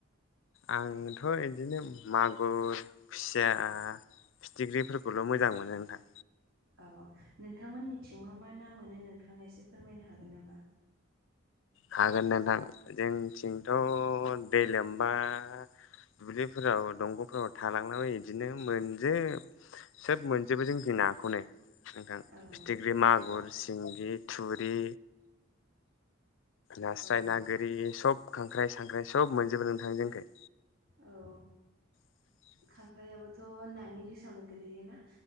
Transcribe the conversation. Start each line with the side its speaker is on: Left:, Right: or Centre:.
Left: आंथ' इदिनो मागुर, खुसिया फिथिख्रिफोरखौल' मोजां मोनो नोंथां
Right: औ नोंथांमोननिथिं मा मा ना मोनो नोंथाङा एसे फोरमायनो हागोन नामा?
Left: हागोन नोंथां, जोंनिथिंथ' दै लोमबा दुब्लिफोराव दंग'फोराव थालांलाबायो इदिनो मोनजोब सोब मोनजोबो जोंनिथिं नाखौनो नोंथां
Right: औ
Left: फिथिख्रि, मागुर,
Right: मा
Left: सिंगि, थुरि नास्राय,
Right: औ
Left: ना गोरि, सब खांख्राइ-सांख्राइ सब मोनजोबो नोंथां जोंखै
Right: औ
Left: स
Right: खांख्राइयाबोथ' नानि लिसावनो गोलैयोना